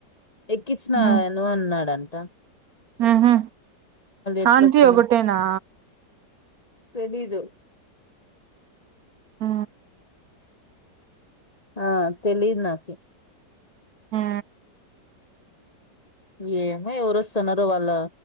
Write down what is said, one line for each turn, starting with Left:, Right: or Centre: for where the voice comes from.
Left: ఎక్కించిన
Right: ఉమ్
Left: ఏను అన్నాడన్ ట
Right: ఉహు
Left: ఎట్లొస్తాను
Right: ఆంటీ ఒకటేనా
Left: తెలీదు
Right: ఉ
Left: ఆ తెలీదు నాకి
Right: ఊ
Left: ఊ ఏ ఎవరోస్తున్నారో వాళ్ళ